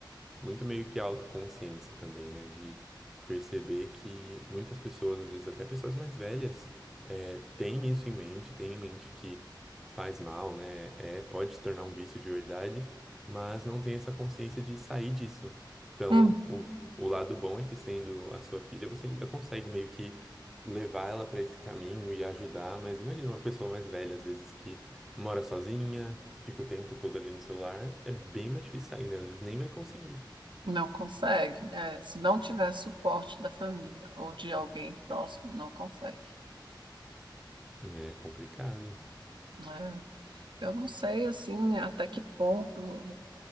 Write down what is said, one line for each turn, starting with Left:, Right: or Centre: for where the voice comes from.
Centre: muito meio que autoconsciência também, né? De perceber que muitas pessoas, às vezes até pessoas mais velhas, é, têm isso em mente, têm em mente que faz mal, né? É, pode se tornar um vício de verdade, mas não tem essa consciência de sair disso. Então,
Right: Hum.
Centre: o, o lado bom é que sendo a sua filha, você ainda consegue meio que levar ela para esse caminho e ajudar, mas imagina uma pessoa mais velha, às vezes que mora sozinha, fica o tempo todo ali no celular, é bem mais difícil sair, né? Às vezes nem vai conseguir.
Right: Não consegue. É, se não tiver suporte da família ou de alguém próximo, não consegue.
Centre: É complicado.
Right: É, eu não sei assim até que ponto.